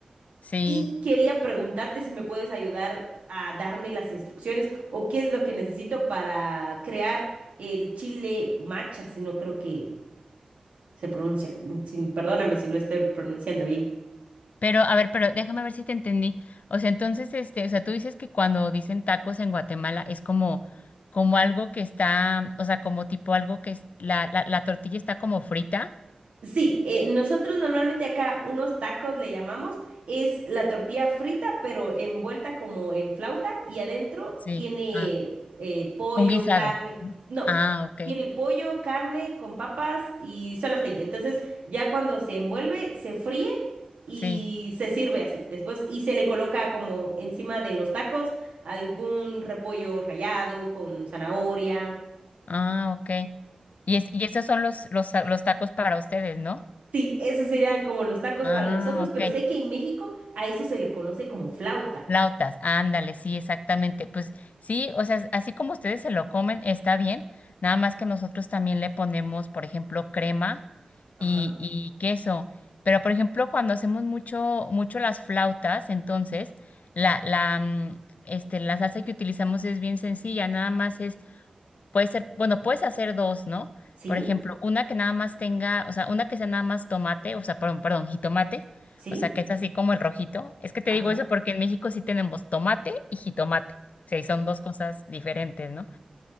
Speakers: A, on the left (about 85°); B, on the right (about 70°).
A: sí.
B: Y quería preguntarte si me puedes ayudar a darme las instrucciones o qué es lo que necesito para crear el chile macha, si no creo que se pronuncia, sin- perdóname si no lo estoy pronunciando bien.
A: Pero, a ver, pero déjame ver si te entendí. O sea, entonces, este, o sea, tú dices que cuando dicen tacos en Guatemala es como, como algo que está, o sea, como tipo algo que es, la, la, la tortilla está como frita.
B: Sí, eh, nosotros normalmente acá unos tacos le llamamos, es la tortilla frita, pero envuelta como en flauta y adentro
A: Sí.
B: tiene
A: Ah,
B: eh, pollo,
A: un guisado.
B: carne,
A: ¿no?
B: no,
A: Ah, ok,
B: tiene pollo, carne con papas y solo hasta ahí. Entonces ya cuando se envuelve, se fríe y
A: sí.
B: se sirve así. Después y se le coloca como encima de los tacos algún repollo rallado con zanahoria.
A: Ah, ok. Y, es, y esos son los, los, ta- los tacos para ustedes, ¿no?
B: Sí, esos serían como los tacos
A: Ah,
B: para nosotros, pero
A: ok.
B: sé que en México a eso se le conoce como flauta.
A: Flautas, ándale, sí, exactamente. Pues sí, o sea, así como ustedes se lo comen, está bien. Nada más que nosotros también le ponemos, por ejemplo, crema
B: Ajá.
A: y, y queso. Pero, por ejemplo, cuando hacemos mucho, mucho las flautas, entonces, la, la, mm, este, la salsa que utilizamos es bien sencilla, nada más es Puede ser, bueno, puedes hacer dos, ¿no?
B: Sí,
A: Por ejemplo, una que nada más tenga, o sea, una que sea nada más tomate, o sea, perdón, perdón, jitomate,
B: sí,
A: o sea, que es así como el rojito. Es que te
B: ajá,
A: digo eso porque en México sí tenemos tomate y jitomate. O sea, y son dos cosas diferentes, ¿no?